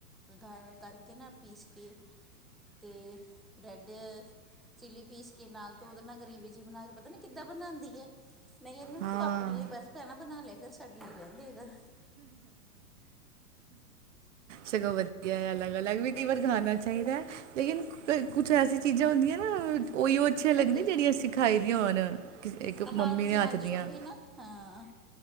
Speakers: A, in the centre; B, on the right (about 55°).
A: ਗ ਕਰਕੇ ਨਾ ਪੀਸ ਕੇ। ਅਤੇ ਰੈੱਡ। ਚਿੱਲੀ ਪੀਸ ਕੇ ਨਾਲ ਤੇ ਉਹਦੇ ਨਾਲ ਗ੍ਰਰੇਵੀ ਜਿਹੀ ਬਣਾ ਕੇ ਪਤਾ ਨਹੀਂ ਕਿੱਦਾਂ ਬਣਾਉਂਦੀ ਹੈ। ਮੈਂ ਇਹਨਾਂ ਨੂੰ
B: ਹਾਂ
A: ਤੂੰ ਆਪਣੇ ਲਈ ਬਸ ਭੈਣਾ ਬਣਾ ਲਿਆ ਘਰ ਸਾਡੇ ਲਈ ਰਹਿੰਦੇ ਕਰ
B: ਸ਼ਗੋਪਤੀ ਹੈ ਅਲੱਗ ਅਲਗ ਵੀ ਕੀਵਰ ਖਾਣਾ ਚਾਹੀਦਾ ਹੈ ਲੇਕਿਨ ਕੁਛ ਐਸੀ ਚੀਜ਼ਾਂ ਹੁੰਦੀਆਂ ਨਾ ਉਹੀਓ ਅੱਛੀਆਂ ਲੱਗਦੀਆਂ
A: ਹਾਂਜੀ
B: ਜਿਹੜੀਆਂ ਸਿਖਾਈ ਦੀਆਂ ਹੋਣ। ਕਿਸ- ਇੱਕ
A: ਹਾਂਜੀ
B: ਮੰਮੀ ਦੇ ਹੱਥ
A: ਹਾਂਜੀ
B: ਦੀਆਂ
A: ਉਹੀ ਨਾ। ਹਾਂ